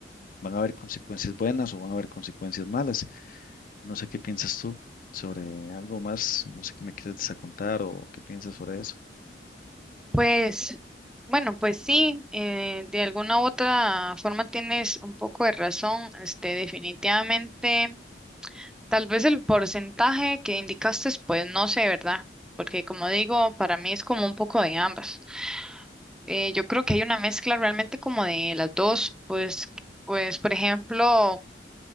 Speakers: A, on the left; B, in the centre.
A: van a haber consecuencias buenas o van a haber consecuencias malas. No sé qué piensas tú sobre algo más, no sé qué me quieres desacontar o qué piensas sobre eso.
B: Pues, bueno, pues sí, eh, de alguna u otra forma tienes un poco de razón. Este, definitivamente, tal vez el porcentaje que indicaste, pues no sé, ¿verdad? Porque como digo, para mí es como un poco de ambas. Eh, yo creo que hay una mezcla realmente como de las dos, pues, pues por ejemplo,